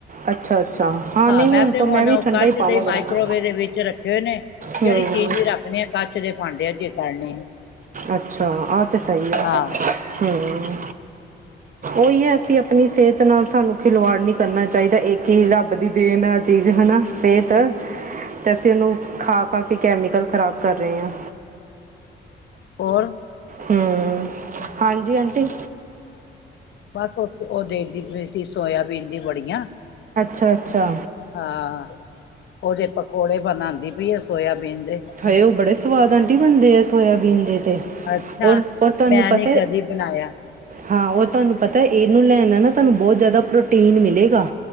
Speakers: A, on the right (about 40°); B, on the left (about 65°).
A: ਅੱਛਾ ਅੱਛਾ
B: ਹਾਂ,
A: ਨਹੀਂ
B: ਮੈਂ ਤੇ
A: ਤੋਂ
B: ਹੁਣ
A: ਵੀ ਠੰਡਾ
B: ਕੱਚ
A: ਹੀ ਪਾਵਾਂ
B: ਦੇ
A: ਕਰਾਂਗਾ
B: ਮਾਈਕਰੋਵੇਵ ਦੇ ਵਿੱਚ ਰੱਖੇ ਹੋਏ ਨੇ
A: ਹੂੰ
B: ਜਿਹੜੀ ਚੀਜ਼ ਵੀ ਰੱਖਣੀ ਆਂ, ਕਚ ਦੇ ਭਾਂਡੇਆਂ ਚ ਈ ਜੇ ਕਦਨੀ ਆਂ
A: ਅੱਛਾ ਆ ਤੇ ਤਾਂ ਸਹੀ ਹੈ
B: ਹਾਂ
A: ਹੂ ਉਹੀ ਹੈ ਅਸੀਂ ਆਪਣੀ ਸਿਹਤ ਨਾਲ ਸਾਨੂੰ ਖਿਲਵਾੜ ਨਹੀਂ ਕਰਨਾ ਚਾਹੀਦਾ, ਇਸ ਚੀਜ਼ ਦਾ ਵਡੀ ਦੀ ਦੇਣ ਆ, ਚੀਜ਼ ਹੈਨਾ, ਸੇਹਤ ਤੇ ਅਸੀਂ ਉਹਨੂੰ ਖਾ ਖਾ ਕੇ ਕੈਮੀਕਲ, ਖ਼ਰਾਬ ਕਰ ਰਹੇ ਹਾਂ
B: ਹੋਰ
A: ਹੂ ਹਾਂਜੀ ਆਂਟੀ
B: ਬਸ ਉਸ ਉਹ ਦੇਖਦੀ ਪਈ ਸੀ, ਸੋਇਆਬੀਨ ਦੀ ਵੜੀਆਂ
A: ਅੱਛਾ ਅੱਛਾ
B: ਹਾਂ ਉਹਦੇ ਪਕੌੜੇ ਬਣਉਂਦੀ ਪਈ ਆਂ, ਸੋਆਬੀਨ ਦੇ
A: ਹਾਏ ਉਹ ਬੜੇ ਸਵਾਦ ਆਂਟੀ ਬਣਦੇ ਐ, ਸੋਇਆਬੀਨ ਦੇ ਤੇ
B: ਅੱਛਾ
A: ਓਏ ਓ ਤੁਹਾਨੂੰ
B: ਮੈਂ
A: ਪਤਾ
B: ਨੀ ਕਦੀ ਬਣਾਇਆ
A: ਹਾਂ ਉਹ ਤੁਹਾਨੂੰ ਪਤਾ ਇਹਨੂੰ ਲੈਣ ਨਾਲ ਨਾ, ਤੁਹਾਨੂੰ ਬਹੁਤ ਜ਼ਿਆਦਾ ਪ੍ਰੋਟੀਨ ਮਿਲੇਗਾ